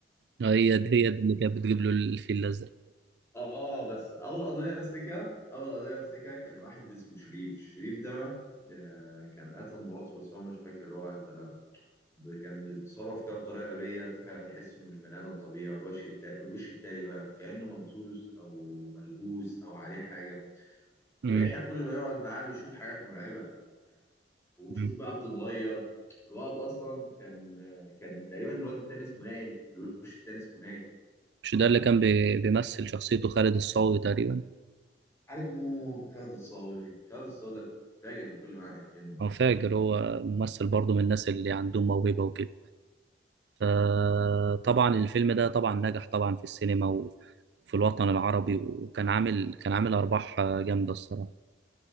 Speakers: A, on the right; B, on the left.
A: هي دي هي دي اللي كانت بتجيب له الفيل الازرق
B: اه بس اول قضيه امسكها اول قضيه امسكها كان واحد اسمه شريف شريف ده آه، كان قتل مراته بس هو مش فاكر هو قتلها ب- كان بيتصرف كده بطريقه غبيه تح- تحس انه مش بني ادم طبيعي والوش التا... الوش التاني بقى كانه ممسوس او ملبوس او عليه حاجه
A: مم.
B: ويحيى كل ما يقعد معاه بيشوف حاجات مرعبه وشوش
A: مم.
B: بقى بتتغير الواد اصلا كان كان تقريبا الواد التاني اسمه نائل الوش التاني اسمه نائل
A: مش ده اللي كان بي... بيمثل شخصيته خالد الصاوي تقريبا
B: عليك نور خالد الصاوي خالد الصاوي ده فاجر بكل معنى الكلمه
A: انا فاكر هو ممثل برضو من الناس اللي عندهم موهبه وكده فطبعا الفيلم ده طبعا نجح طبعا في السينما وفي الوطن العربي وكان عامل كان عامل ارباح جامده الصراحه